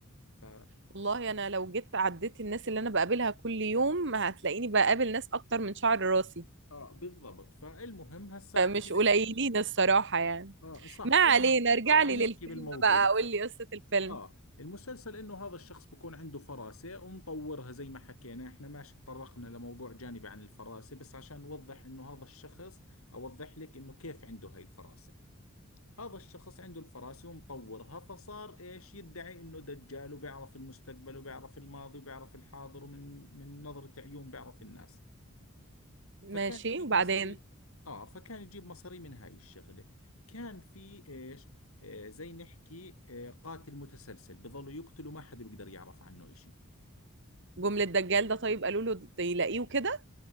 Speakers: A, on the left; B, on the right.
A: ف...
B: والله انا لو جيت عديت الناس اللي انا بقابلها كل يوم هتلاقيني بقابل ناس اكتر من شعر راسي
A: اه بالضبط فالمهم هسا
B: مش
A: احكي لك
B: قليلين الصراحه يعني
A: اه صح
B: ما علينا
A: الم...
B: ارجع
A: اه
B: لي
A: نحكي
B: للفيلم
A: بالموضوع
B: بقى قول لي قصه الفيلم
A: اه المسلسل انه هذا الشخص بكون عنده فراسة ومطورها زي ما حكينا احنا ماشي تطرقنا لموضوع جانبي عن الفراسة بس عشان نوضح انه هذا الشخص اوضح لك انه كيف عنده هاي الفراسة هذا الشخص عنده الفراسة ومطورها فصار ايش يدعي انه دجال وبيعرف المستقبل وبيعرف الماضي وبيعرف الحاضر ومن من نظرة عيون بيعرف الناس
B: ماشي
A: فكان يجيب
B: وبعدين
A: مصاري اه فكان يجيب مصاري من هاي الشغلة كان في ايش آه زي نحكي آه قاتل متسلسل بظلوا يقتلوا ما حدا بيقدر يعرف عنه اشي
B: جمله دجال ده طيب قالوا له يلاقيه كده